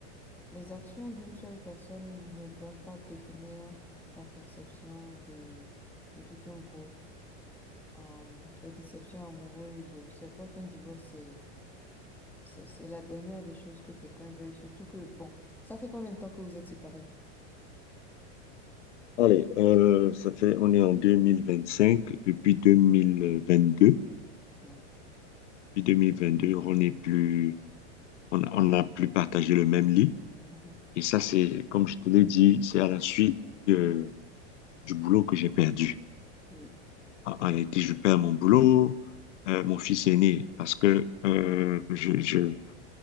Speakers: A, in the centre; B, on the left (about 80°).
A: Les actions d'une seule personne ne doivent pas définir ta perception de, de tout un groupe. Euh, les déceptions amoureuses, euh, c'est vrai qu'un divorce, c'est, c'est, c'est la dernière des choses que quelqu'un veuille, surtout que, bon, ça fait combien de temps que vous êtes séparés?
B: Allez, euh, ça fait, on est en 2025. Depuis 2022,
A: Mm,
B: depuis 2022, on n'est plus, on, on n'a plus partagé le même lit.
A: mhm,
B: Et ça, c'est, comme je te l'ai dit, c'est à la suite de- du boulot que j'ai perdu.
A: Oui.
B: En en réalité, je perds mon boulot. Euh, mon fils est né parce que euh, je, je